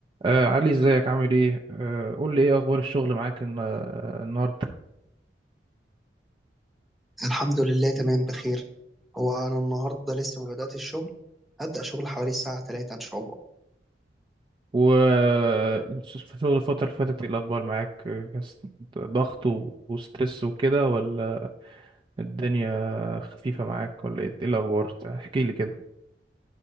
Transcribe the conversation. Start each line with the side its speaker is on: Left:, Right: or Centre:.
Right: آه علي ازيك عامل ايه آه قول لي ايه اخبار الشغل معاك الن- آه، النهارده
Centre: الحمد لله تمام بخير هو أنا النهاردة لسه ما بدأت الشغل هبدأ شغل حوالي الساعة 3 إن شاء الله
Right: و في شغل الفترة اللي فاتت ايه الاخبار معاك آه، كس- ضغط و- وستريس وكده ولا الدنيا خفيفة معاك ولا ايه إيه الاخبار احكي لي كده